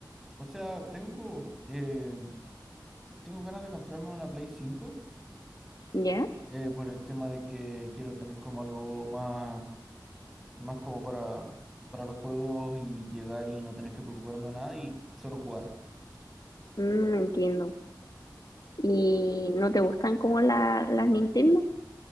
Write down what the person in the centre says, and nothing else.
O sea, tengo, eh, tengo ganas de comprarme una Play cinco
eh, por el tema de que quiero tener como algo más, más como para, para los juegos y llegar y no tener que preocuparme de nada y solo jugar.